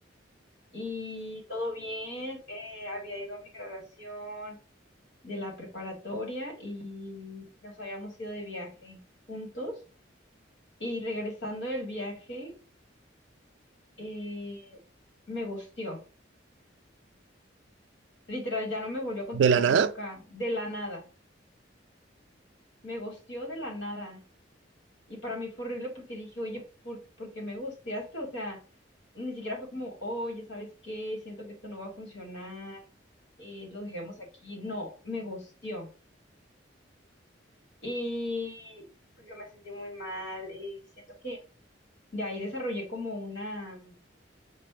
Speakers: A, on the left; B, on the right.
A: Y todo bien, eh, había ido a mi graduación de la preparatoria y nos habíamos ido de viaje juntos. Y regresando del viaje, eh, me gustió. Literal, ya no me volvió a contestar
B: ¿De la nada?
A: nunca, de la nada. Me gustió de la nada. Y para mí fue horrible porque dije, oye, ¿por, por qué me gusteaste? O sea, ni siquiera fue como, oye, ¿sabes qué? Siento que esto no va a funcionar, eh, lo dejemos aquí. No, me gusteó. Y pues yo me sentí muy mal y siento que de ahí desarrollé como una,